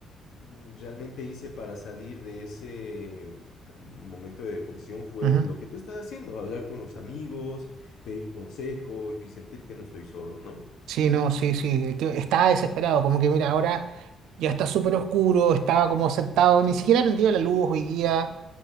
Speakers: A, on the left; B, on the right.
A: mm, realmente hice para salir de ese mm, momento de depresión fue
B: Ujú.
A: lo que tú estás haciendo, hablar con los amigos, pedir consejo y sentir que no estoy solo, ¿no?
B: Sí, no, sí, sí. el tío Estaba desesperado, como que mira, ahora ya está súper oscuro, estaba como sentado, ni siquiera prendido la luz hoy día.